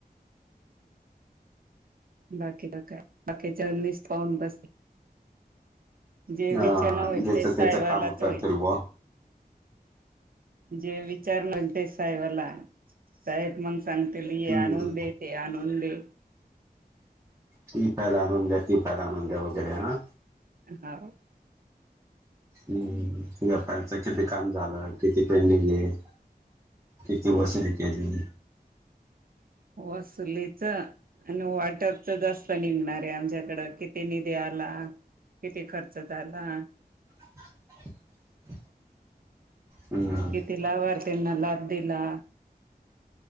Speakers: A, on the right; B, on the right.
A: बाकी ब काय? बाकीच्या नीस पाऊून बसले. जे
B: हा
A: विचना होईल
B: ज्याच
A: ते साहेबालाच
B: त्याच काम करतील
A: होईल.
B: बुवा
A: जे विचारन होईल ते साहेबाला. साहेब मग सांगतील हे
B: हम्म
A: आणून दे. ते आणून दे.
B: ती फाईल आनूनंद्या ती फाईल. आनूनं द्या. वगैरे ह
A: हाव.
B: हम्म व्यापाारीच किती काम झालं किती पेंडिंग? किती वसूली केली?
A: वसुलीच. आणि वाटपच जास्त निघणारे आमच्याकडं. किती निधी आला. किती खर्च झाला.
B: <inaudible> हम्म
A: किती लाभारतीनां किती लाब दिला.